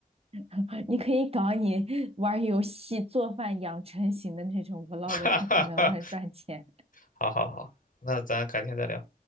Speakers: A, on the right; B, on the left.
A: <laughs> 你可以搞你玩游戏、做饭、养成型的那种 vlog，
B: <laughs> 哈哈哈，
A: 看看能不能赚钱。
B: 好好好，那咱改天再聊。